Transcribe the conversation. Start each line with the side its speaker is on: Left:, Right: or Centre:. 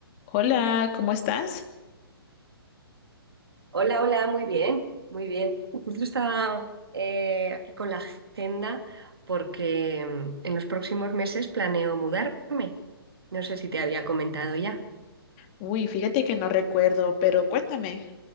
Left: Hola, ¿cómo estás?
Right: Hola, hola, muy bien, muy bien. Justo estaba eh, aquí con la agenda porque mm, en los próximos meses planeo mudarme. No sé si te había comentado ya.
Left: Uy, fíjate que no recuerdo, pero cuéntame,